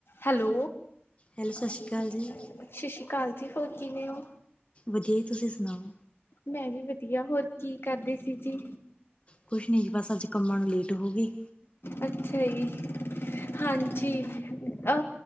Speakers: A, on the left (about 70°); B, on the left (about 30°).
A: ਹੈਲੋ,
B: ਹੈਲੋ ਸਤਿ
A: <unintelligible>
B: ਸ਼੍ਰੀ ਅਕਾਲ ਜੀ
A: ਸਛੀ ਕਾਲ ਜੀ, ਹੋਰ ਕਿਵੇਂ ਓ?
B: ਵਦੀਆ ਤੁਸੀਂ ਸੁਣਾਓ?
A: ਮੈਂ ਵੀ ਵਦੀਆ ਹੋਰ ਕੀ ਕਰਦੇ ਸੀ ਜੀ?
B: ਕੁਛ ਨੀ ਜੀ ਬਸ ਅੱਜ ਕੰਮਾਂ ਨੂੰ ਲੇਟ ਹੋ ਗਈ।
A: ਅੱਛਾ ਜੀ, ਹਾਂਜੀ। ਅ